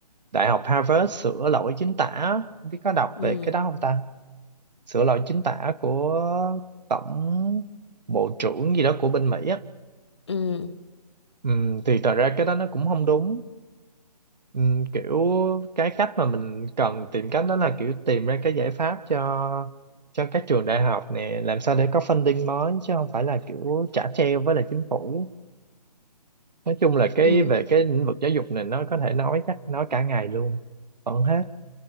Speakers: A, on the right; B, on the left.
A: Đại học Harvard sửa lỗi chính tả á, không biết có đọc
B: ừ,
A: về cái đó không ta sửa lỗi chính tả của tổng bộ trưởng gì đó của bên Mỹ á
B: ừ,
A: Ừm, thì thật ra cái đó nó cũng không đúng Ừm, kiểu cái cách mà mình cần tìm cách đó là kiểu tìm ra cái giải pháp cho cho các trường đại học nè làm sao để có funding mới chứ không phải là kiểu trả treo với lại chính phủ nói chung là cái
B: ừ,
A: về cái lĩnh vực giáo dục này nó có thể nói chắc nói cả ngày luôn vẫn hết